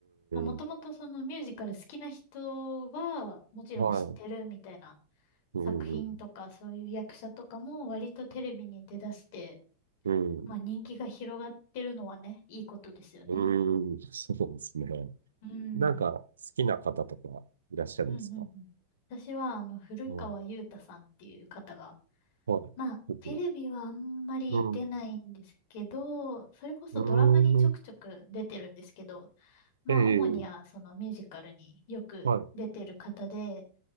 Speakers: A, on the left; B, on the right.
A: まあもともとそのミュージカル好きな人は、
B: ん。
A: もちろん知ってるみたいな
B: はい。うん。
A: 作品とか、そういう役者とかも割とテレビに出だして、
B: うん。
A: まあ人気が広がってるのはね、いいことですよね。
B: うん。そうですね。
A: うん。
B: なんか、好きな方とかいらっしゃるんですか
A: うんうんうん。私は、あの、古川雄太さんっていう方が、
B: うん。はい。
A: まあ、
B: 僕。
A: テレビはあんまり出ないんですけど、
B: うん。
A: それこそドラマにちょくちょく出てるんですけど、
B: うーん。
A: まあ、
B: ええ。
A: 主にはそのミュージカルによく出てる方で、
B: は